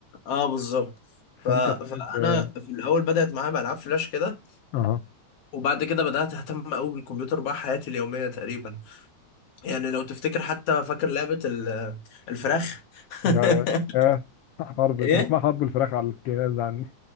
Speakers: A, on the left; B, on the left.
A: اه بالظبط
B: فأنت
A: ف...
B: طيب
A: فانا
B: آه،
A: في الاول بدأت معايا بألعاب فلاش كده
B: أها
A: وبعد كده بدأت اهتم قوي بالكمبيوتر بقى حياتي اليومية تقريبا يعني لو تفتكر حتى فاكر لعبة ال- الفراخ <laughs>
B: يا يا حرب
A: ايه
B: كان اسمها حرب الفراخ على الجهاز عندي